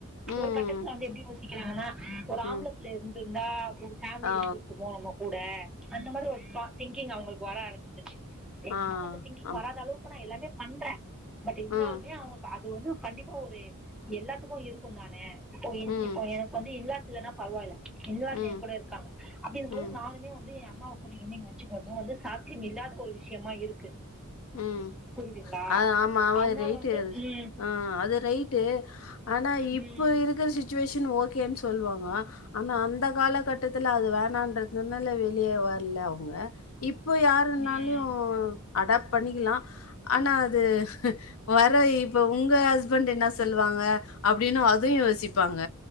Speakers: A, on the left; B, in the centre.
A: ம்
B: ஒரு கட்டத்துல வந்து எப்டி யோசிக்கிறாங்கனா ஒரு ஆம்பல
A: ம்
B: புள்ள இருந்திருந்தா ஒரு அப்டி
A: ஆ
B: இருந்திருக்குமோ நம்ம கூட அந்த மாரி ஒரு திங்கிங் அவுங்களுக்கு வர ஆரம்பச்ச எங்க
A: ஆ
B: அம்மாக்கு அந்த திங்கிங்
A: ஆம்
B: வராத அளவுக்கு நா எல்லாமே பண்ற பட் இருந்தாலுமே
A: ம்
B: அவுங்களுக்கு அது வந்து கண்டிப்பா ஒரு எல்லாத்துக்கு இருக்குந்தான இப்போ இன்
A: ம்
B: இப்போ எனக்கு வந்து இன்லாஸ் இல்லன்னா பரவாயில்ல இன்லாஸ்
A: ம்
B: என் கூட இருக் காங்க அப்டி இருக்கும்போது
A: ம்
B: நானுமே வந்து என் அம்மாவ கூட்டி வந்து இங்க வச்சிக்கற்து வந்து சாத்தியம் இல்லாத ஒரு விஷியமா இருக்கு
A: ம்
B: புரிதுங்ளா
A: அது ஆமா அவ
B: அதுனால
A: ரைட்டு
B: வந்து
A: அது
B: எ
A: ஆ அது ரைட்டு ஆனா இப்ப
B: ம்
A: இருக்க சிச் சுவேஷன் ஓகேனு சொல்லுவாங்க ஆனா அந்த காலகட்டத்துல அது வேணான்றதுனால வெளிய வரல அவுங்க இப்போ யாருனாலியு
B: ம்
A: அடாப் பண்ணிக்குலா ஆனா அது வர இப்ப உங்க ஹஸ்பண்ட் என்ன சொல்லுவாங்க அப்டினு அது யோசிப்பாங்க